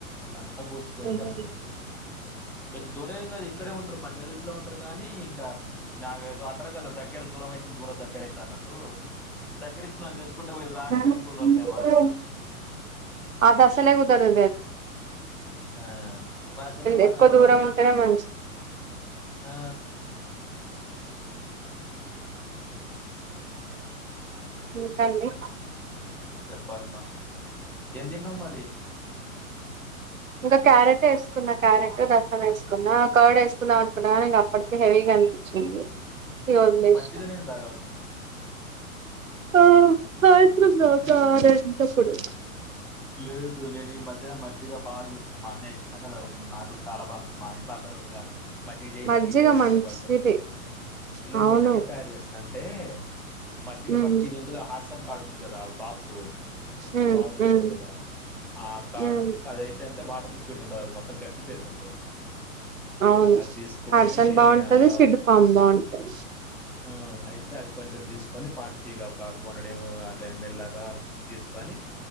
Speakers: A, in the centre; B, on the right.
A: ఇళ్ళంతా బోసిపోయింది
B: ఉహు.
A: అసలు పెద్ద దూరే ఏం కాదు ఇక్కడే ఉంటారు బంజార్ హిల్స్ లో ఉంటారు కాగానీ ఇంకా నా అంటారు కాదా దగ్గర దూరం అయితే దూరం దగ్గర అయితది అన్నట్టు దగ్గరించి ననీ చేసుకుంటే వీళ్ళు
B: అవును
A: రానికనే కూదరట్లేదు వాళ్ళకి
B: అది అసలే కుదిరదు
A: ఆ మా పిల్లలు మా
B: ఎక్కువ
A: దగ్గర
B: దూరం
A: ఉంటే
B: ఉంటేనే మంచి
A: ఆ
B: ఇంకండి
A: చెప్పాలమా ఎం తిన్నవు మరి
B: ఇంకా క్యారెట్ వేసుకున క్యారెట్ రసం వేసుకున్న కర్డ్ వేసుకుందాం అనుకున్నా కానీ అప్పటికే హెవీగా అనిపించింది ఇగ వదిలేసిన
A: మజ్జిగ నీళ్లు తాగాల్సింది
B: ఆ సాయంత్రం తాగుతా
A: నే
B: ఒక ఆరంటప్పుడు
A: లేదు నేను ఈ మధ్యనే మజ్జిగ బాగా చేస్తున్నా మా అన్నయ ఇష్టంగా తాగుతున్నాడు నాకు కూడా చాలా బాగా మా ఇంట్లో అందరు మజ్జిగ చేయి
B: మజ్జిగ
A: మజ్జగ చేయి అని నా
B: మంచిది
A: వెంట పడుతారు లేదు
B: అవును
A: నేను ఎట్లా తయారు చేస్తున్నాండి అంటే మజ్జిగ
B: ఉమ్
A: ఫస్ట్ ఇది ఉంటగా హార్ట్స్ అండ్ కార్డ్ ఉంది కదా బాక్సు
B: ఉమ్
A: రౌండ్ది
B: ఉమ్
A: కదా ఆ కార్డు
B: ఉమ్
A: తీసుకు అద అయితే అంటే వాటర్ లిక్విడ్ ఉండదు అది మొత్తం గట్టి పెరుగు ఉంటది అది
B: అవును
A: అది తీసుకొని
B: హార్సన్ బాగుంటది
A: అలా
B: సిడ్డుపాం బాగుంటది
A: ఆ ఆయితే అ కొంచెం తీసుకొని క్వాంటిటీగా ఒక టూ హండ్రెడ్ అలా ఎంఎల్లాగా తీసుకొని